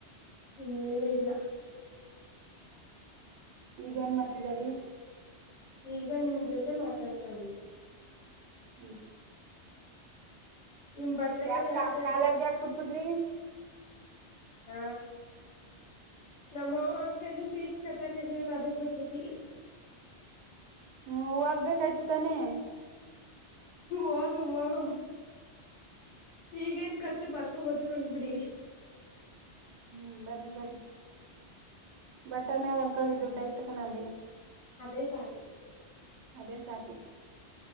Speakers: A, on the left; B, on the right.
A: ಇನ್ನೇನು ಇಲ್ಲ.
B: ಈಗ್ ಏನ್ ಮಾಡ್ತಿದರಿ?
A: ಈಗ ನಿಮ್ ಜೊತೆ ಮಾತಾಡ್ತವ್ನಿ.
B: ಹ್ಮ್
A: ನಿಮ್ ಬಟ್ಟೆಗಳು
B: ಯಾಕಾ
A: ಯಾವ್ದೇ
B: ಕಾಲೇಜ್
A: ಅದ
B: ಯಾಕ್ ಬಿಟ್ಬಿಟ್ರಿ?
A: ಹ ನಮ್ಮವ್ವರ್ ಕೖಲಿ ಫೀಸ್ ಕಟ್ಟಕ್ ಇರ್ಲಿಲ್ಲ ಅದಕ್ ಬಿಟ್ಬಿಟ್ಟಿ.
B: ಹ್ಮ್ ಓದ್ಬೇಕಾಯ್ತು ತಾನೇ?
A: ಹೂಂ ಹೋಗಮ್ ಹೋಗಮ್. ಈಗೇನ್ ಕಟ್ಟು ಬರ್ಕೊಬೋದು ಕೊಂಡ್ಬಿಡಿ.
B: ಹ್ಮ್ ಬರಿ ಬರಿ ಬಟ್ಟೇನೆೇ ಹೊಲ್ಕೊಳ್ಳಿ ದುಡ್ಡಾಯ್ತಕಣ ಅಲ್ಲಿಯೇ.
A: ಅದೇ ಸಾಕು.
B: ಅದೇ ಸಾಕು.